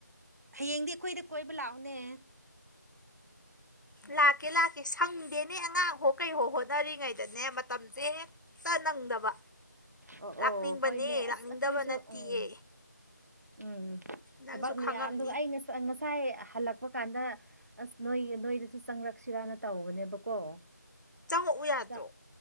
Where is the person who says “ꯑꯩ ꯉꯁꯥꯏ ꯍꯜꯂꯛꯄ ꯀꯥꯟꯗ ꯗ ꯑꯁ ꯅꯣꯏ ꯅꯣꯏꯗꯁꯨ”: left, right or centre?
Right